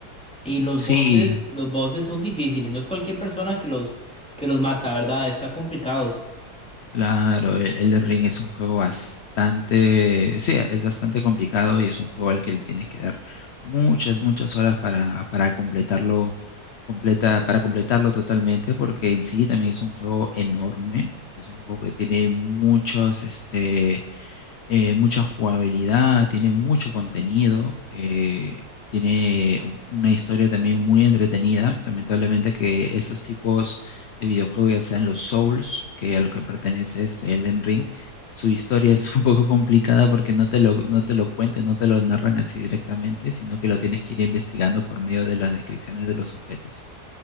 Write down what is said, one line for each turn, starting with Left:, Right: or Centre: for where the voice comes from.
Centre: y los
Left: Sí,
Centre: bosses, los bosses son difíciles. No es cualquier persona que los, que los mata, ¿verdad? Está complicados.
Left: claro, el Elden Ring es un juego bastante, sí, es bastante complicado y es un juego al que le tienes que dar muchas, muchas horas para, para completarlo, completa, para completarlo totalmente, porque en sí también es un juego enorme, es un juego que tiene muchos, este, eh, mucha jugabilidad, tiene mucho contenido, eh, tiene u- una historia también muy entretenida. Lamentablemente que esos tipos de videojuegos, ya sean los Souls, que a los que pertenece este Elden Ring, su historia es <laughs> un poco complicada porque no te lo, no te lo cuentan, no te lo narran así directamente, sino que lo tienes que ir investigando por medio de las descripciones de los objetos.